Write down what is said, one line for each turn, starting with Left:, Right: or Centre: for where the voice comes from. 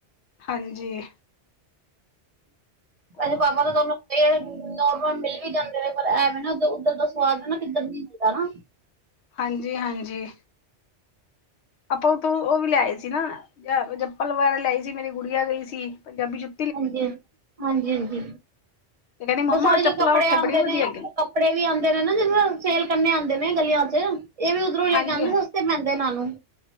Left: ਹਾਂਜੀ। ਹੋਰ
Right: ਅਸੀੇ ਪਾਪਾ ਤਾਂ ਤੁਆਨੂੰ ਤੇ ਨੋਰਮਲ ਮਿਲ ਵੀ ਜਾਂਦੇ ਨੇ ਪਰ ਐਵੇਂ ਨਾ ਉਧ - ਉੱਧਰ ਦਾ ਸੁਆਦ ਨਾ ਕਿੱਧਰ ਨੀ ਹੁੰਦਾ ਨਾ।
Left: ਹਾਂਜੀ - ਹਾਂਜੀ। ਆਪਾਂ ਉੱਥੋਂ ਓ ਵੀ ਲੈ ਆਏ ਸੀ ਨਾ ਚ - ਜਪਲ ਵਗੈਰਾ ਲੈ ਆਏ ਸੀ। ਮੇਰੀ ਗੁੜੀਆ ਗਈ ਸੀ ਪੰਜਾਬੀ ਜੁੱ
Right: ਹਾਂਜੀ- ਹਾਂ, ਹਾਂਜੀ- ਹਾਂਜੀ
Left: ਤੇ ਕਹਿੰਦੀ ਮੰਮਾ
Right: ਬਸਾਰੇ
Left: ਚੱਪਲਾਂ
Right: ਜੋ ਕੱਪੜੇ
Left: ਉੱਥੇ
Right: ਆਂਦੇ
Left: ਬੜੀ ਵਧੀਆ
Right: ਨੇ
Left: ਹੈਗੀ
Right: ਕੱਪੜੇ ਵੀ ਆਂਦੇ ਨੇ ਨਾ ਜਿਸ, <unintelligible> ਸੇਲ ਕਰਨੇ ਆਂਦੇ ਨੇ ਗਲੀਆਂ ਚ। ਏ ਵੀ ਉੱਧਰੋਂ ਲੇ
Left: ਹਾਂਜੀ
Right: ਜਾਂਦੇ
Left: ਹਾਂ,
Right: ਸਸਤੇ ਪੈਂਦੇ ਇਨਾ ਨੂੰ।